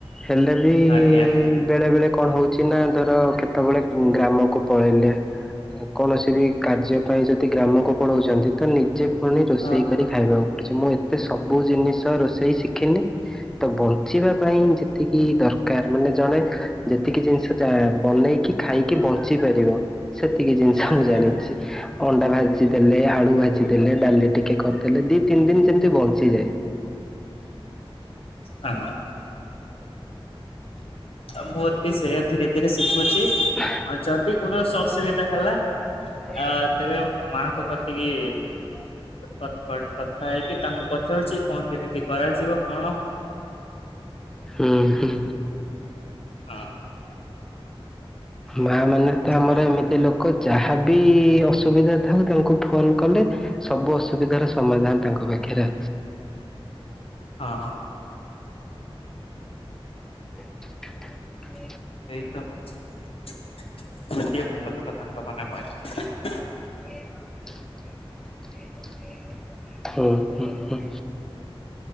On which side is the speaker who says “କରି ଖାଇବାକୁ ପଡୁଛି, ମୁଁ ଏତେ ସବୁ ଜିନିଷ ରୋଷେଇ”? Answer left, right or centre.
Centre